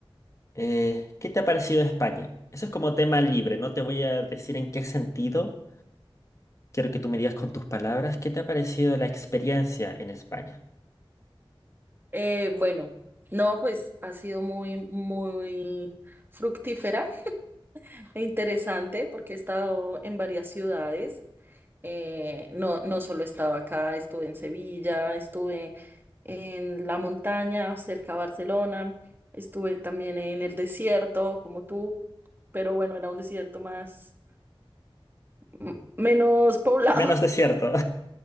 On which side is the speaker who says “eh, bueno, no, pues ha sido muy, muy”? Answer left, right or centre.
Right